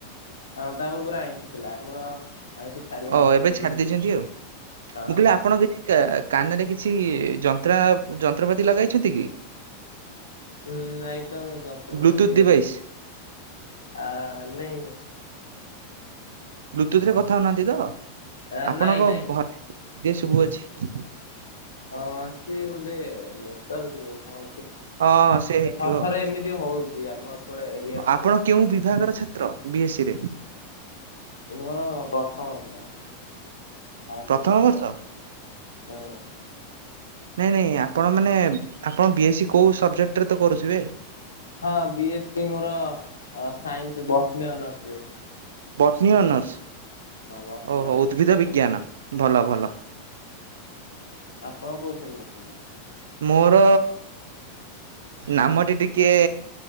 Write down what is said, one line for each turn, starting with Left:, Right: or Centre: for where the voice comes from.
Left: ହଁ, ତା ପୂର୍ବରେ ଆଇଁସ ଥିଲା ଆମର ଆଇଁଷ ଛାଡିବାର
Right: ଓ ଏବେ ଛାଡି
Left: ହିଁ
Right: ଦେଇଛନ୍ତି ଆଉ, ମୁଁ
Left: ହଁ
Right: କହିଲି
Left: ହଁ।
Right: ଆପଣ କିଛି କାନରେ କିଛି? କିଛି ଯନ୍ତ୍ରା ଯନ୍ତ୍ରପାତି ଲଗାଇଛନ୍ତି କି?
Left: ହୁଁ ନାଇଁ ତ, ଜନ୍ତ୍ରପାତି
Right: ବ୍ଲୁଟୁଥ୍ ଡିଭାଇସ୍
Left: ଆ ନାଇ
Right: ବ୍ଲୁଟୁଥ ରେ କଥା ହଉନାହାନ୍ତି ତ,
Left: ନାଇଁ
Right: ଆପଣଙ୍କ
Left: ନାଇଁ ନାଇଁ
Right: ଏ ସବୁ ଅଛି।
Left: ହଁ, ସିଏ ବୋଧେ ନ କଣ?
Right: ହଁ ସେ ହେଇଥିବ
Left: ଏ ଥରେ ଥରେ
Right: ଆଉ।
Left: ଏମିତି ହଉଛି ଆମ ଏପଟେ ଏରିଆ ତ
Right: ଆପଣ
Left: ଦେ
Right: କେଉଁ ବିଭାଗର ଛାତ୍ର ବି ଏ ସି ରେ।
Left: ମୋର ପ୍ରଥମ ବିଭାଗ ଫାଷ୍ଟ
Right: ପ୍ରଥମ
Left: ସେମିଷ୍ଟାର।
Right: ବର୍ଷ?
Left: ହୁଁ।
Right: ନାଇଁ ନାଇଁ ଆପଣ ମାନେ ଆପଣ ବି ଏ ସି କୋଉ ସବଜେକ୍ଟରେ ତ କରୁଥିବେ।
Left: ହଁ ବି ଏ ସି ମୋର ଅ ସାଇନ୍ସ ବଟନି ଅନର୍ସରେ।
Right: ବଟନୀ ଅନର୍ସ
Left: ବଟନୀ
Right: ଓହୋ
Left: ଅନର୍ସ
Right: ଉଦ୍ଭିଦ ବିଜ୍ଞାନ ଭଲ। ଭଲ।
Left: ଆପଣ କୋଉଥିଲେଛନ୍ତି।
Right: ମୋର। ନାମଟି ଟିକେ